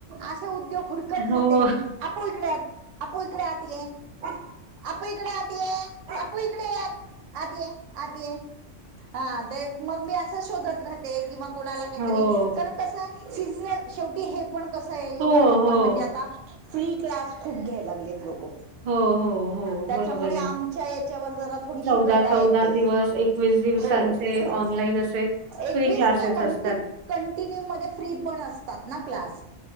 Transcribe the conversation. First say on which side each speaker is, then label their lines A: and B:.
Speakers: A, on the right (about 80°); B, on the right (about 55°).
A: असे उद्योग हुडकत
B: हो.
A: राहते मी <unintelligible> अपू इकडे आत ये आपू इकडे आत ये, आपू इकडे ये आत, आत ये, आत ये हा ते मग मी असं शोधत राहते की मग कोणाला काहीतरी
B: हो.
A: कारण कस सीजनल शेवटी हे पण कसं आहे योगाचं
B: हो,
A: पण
B: हो.
A: म्हणजे आता फ्री क्लास खूप घ्यायला लागलेत लोक.
B: हो हो. हो हो
A: त्याच्यामुळे
B: बरोबर
A: आमच्या याच्यावर जरा थोडीशी
B: चौदा
A: गदा
B: चौदा
A: येते
B: दिवस एकवीस दिवस
A: हो
B: ते
A: हो
B: ऑनलाईन असे
A: एकवीस
B: फ्री क्लासेस
A: क कंट
B: असतात.
A: कंटिन्यू मध्ये फ्री पण असतात ना क्लास.